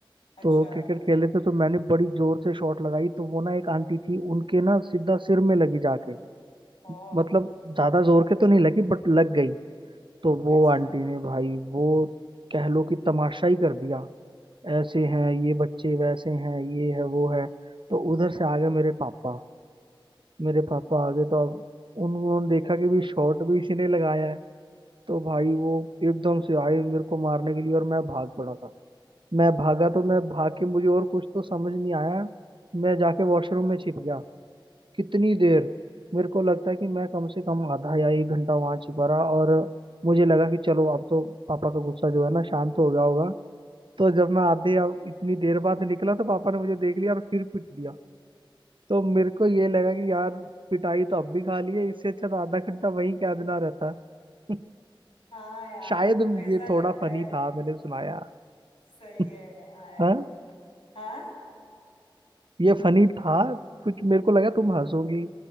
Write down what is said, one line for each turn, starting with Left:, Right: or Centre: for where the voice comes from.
Left: अच्छा
Right: तो क्रिकेट खेल रहे थे तो मैंने बड़ी जोर से शॉट लगाई तो वो ना एक आंटी थी उनके ना सीधा सिर में लगी जाके
Left: ओ
Right: मतलब ज्यादा जोर के तो नहीं लगी बट लग गई तो वो
Left: अच्छा
Right: आंटी ने भाई वो कह लो कि तमाशा ही कर दिया ऐसे हैं ये बच्चे वैसे हैं ये है वो है तो उधर से आ गए मेरे पापा मेरे पापा आ गए तो अब उन्होंने देखा कि भी शॉट भी इसी ने लगाया है तो भाई वो एकदम से आए मेरे को मारने के लिए और मैं भाग पड़ा था मैं भागा तो मैं भाग के मुझे और कुछ तो समझ नहीं आया मैं जाके वॉशरूम में छिप गया कितनी देर मेरे को लगता है कि मैं कम से कम आधा या एक घंटा वहां छिपा रहा और मुझे लगा कि चलो अब तो पापा का गुस्सा जो है ना शांत हो गया होगा तो जब मैं आधे अब इतनी देर बाद निकला तो पापा ने मुझे देख लिया और फिर पीट दिया तो मेरे को ये लगा कि यार पिटाई तो अब भी खा ली है इससे अच्छा तो आधा घंटा वहीं क्या देना रहता <laughs>
Left: हाँ यार
Right: शायद
Left: मतलब ऐसा
Right: ये
Left: लगता
Right: थोड़ा फनी
Left: है
Right: था मैंने सुनाया
Left: सही
Right: <laughs>
Left: है यार
Right: हाँ
Left: हाँ
Right: ये फनी था कुछ मेरे को लगा तुम हंसोगी